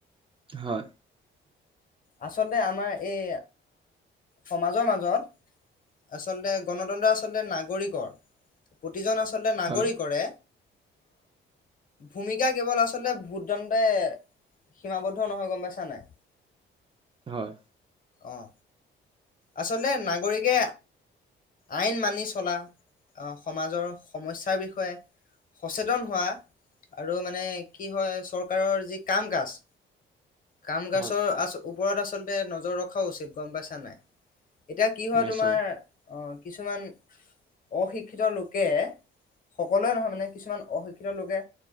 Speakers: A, on the right; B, on the left.
A: হয়।
B: আচলতে আমাৰ এই সমাজৰ মাজত আচলতে গণতন্ত্ৰ আচলতে নাগৰিকৰ। প্ৰতিজন আচলতে নাগৰিকৰে
A: হয়
B: ভূমিকা কেৱল আচলতে ভোটদানতে সীমাবদ্ধ নহয়, গম পাইছানাই?
A: হয়।
B: অঁ। আচলতে নাগৰিকে আইন মানি চলা, সমাজৰ সমস্যাৰ বিষয়ে সচেতন হোৱা। আৰু মানে কি হয় চ। চৰকাৰৰ যি কাম কাজ। কাম কাজৰ
A: হয়
B: ও। ওপৰত আচলতে নজৰ ৰখাও উচিত গম পাইছা নাই। এতিয়া কি হয়
A: নিশ্চয়
B: তোমাৰ অ কিছুমান অশিক্ষিত লোকে সকলোৱে নহয় মানে কিছুমান অশিক্ষিত লোকে